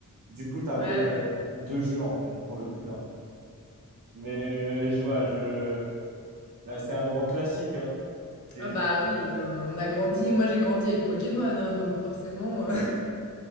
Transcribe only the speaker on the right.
Du coup, tu avais
euh,
deux jeux en fait pour le prix d'un. Mais euh, je vois, je... bah, c'est un grand classique, hein. C'est-
c'est-